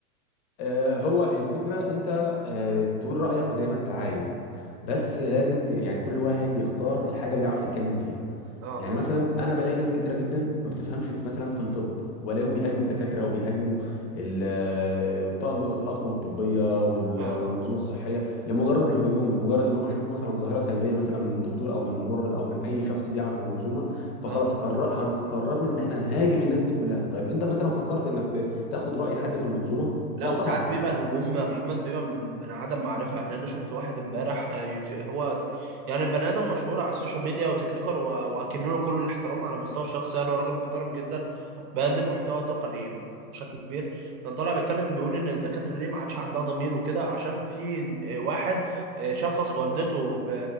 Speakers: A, on the left; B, on the right.
A: آه، هو الفكرة انت آه، تقول رأيك زي ما انت عايز بس لازم ت... يعني كل واحد يختار الحاجة اللي يعرف يتكلم فيها
B: اه
A: يعني مثلا انا بلاقي ناس كتيرة جدا ما بتفهمش في مثلا في الطب والاقيهم بيهاجموا الدكاترة وبيهاجموا ال- آه، الطاقم الاطقم الطبية وال-
B: اه
A: والمنظومة
B: اه
A: الصحية لمجرد الهجوم لمجرد ان هم شافوا مثلا ظاهرة سلبية مثلا من دكتور او من ممرض او من اي شخص بيعمل في المنظومة فخلاص
B: اه آه.
A: قرر هنقررنا ان احنا نهاجم الناس دي كلها طيب انت مثلا فكرت انك ت- تاخد رأي حد في المنظومة
B: لا
A: لا
B: وساعات
A: طبعا
B: بيبقى الهجوم محمد بيبقى من من عدم معرفة يعني أنا شفت واحد امبارح آه، يوتيو- هو ت- يعني بني آدم مشهور على السوشيال ميديا وتيك توكر و- وأكن له كل الاحترام على مستوى الشخصي يعني هو راجل محترم جدا بيقدم محتوى تقني بشكل كبير كان طالع بيتكلم بيقول إن الدكاترة ليه ما عادش عندها ضمير وكده عشان في آه، واحد آه، شخص والدته ب-